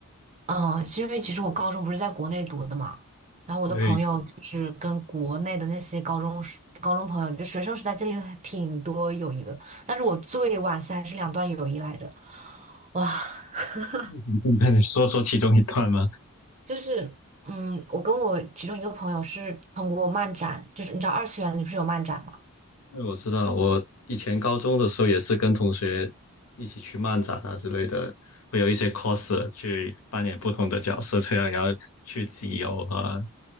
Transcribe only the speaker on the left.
对，
你可以跟你说说其中一段吗？
因为我知道我以前高中的时候也是跟同学一起去漫展啊之类的，会有一些 coser 去扮演不同的角色，这样然后去集邮啊，